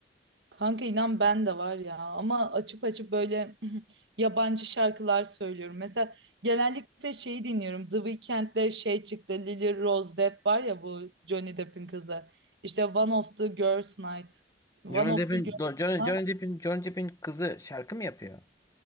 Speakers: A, on the right (about 80°); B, on the left (about 20°).
A: Kanka inan ben de var ya ama açıp açıp böyle <laughs> <clears throat> yabancı şarkılar söylüyorum. Mesela genellikle şeyi dinliyorum. The Weeknd'de şey çıktı Lily Rose Depp var ya bu Johnny Depp'in kızı. İşte One of the Girls Night. One
B: Johnny
A: of
B: Depp'in
A: the Girls
B: Do- Johnny,
A: Night.
B: Johnny Depp'in Johnny Depp'in kızı şarkı mı yapıyor?